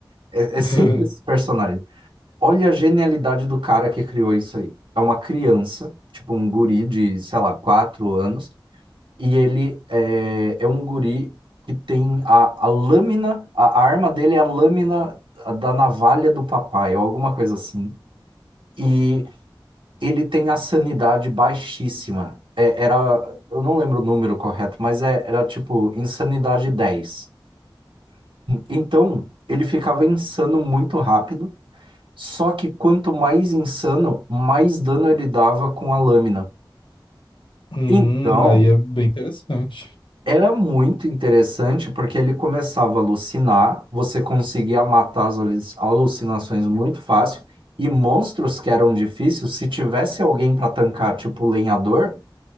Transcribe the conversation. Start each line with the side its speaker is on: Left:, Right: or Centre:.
Right: É,
Left: <laughs>
Right: é sempre esses personagens. Olha a genialidade do cara que criou isso aí. É uma criança, tipo um guri de, sei lá, quatro anos. E ele é, é um guri que tem a, a lâmina, a a arma dele é a lâmina da navalha do papai, ou alguma coisa assim. E ele tem a sanidade baixíssima. É, era, eu não lembro o número correto, mas é- era tipo insanidade dez Então, ele ficava insano muito rápido, só que quanto mais insano, mais dano ele dava com a lâmina.
Left: Hum,
Right: Então,
Left: aí é bem interessante.
Right: era muito interessante porque ele começava a alucinar, você conseguia matar as alu- alucinações muito fácil, e monstros que eram difíceis, se tivesse alguém para tancar, tipo o lenhador.